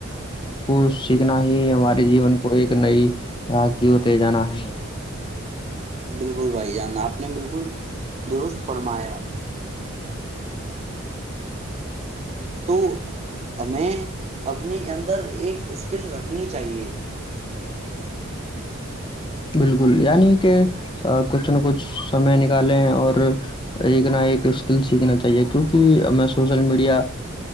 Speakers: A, on the left (about 25°); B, on the right (about 30°).
A: کو سیکھنا ہی ہمارے جیون کو ایک نئی راہ کی دے جانا ہے
B: بالکل بھائی جان آپ نے بالکل درست فرمایا تو ہمیں اپنے اندر ایک اسکل رکھنی چاہیے
A: بالکل یعنی کہ کچھ نہ کچھ سمے نکالیں اور ایک نہ ایک اسکل سیکھنا چاہیے کیوںک میں سوشل میڈیا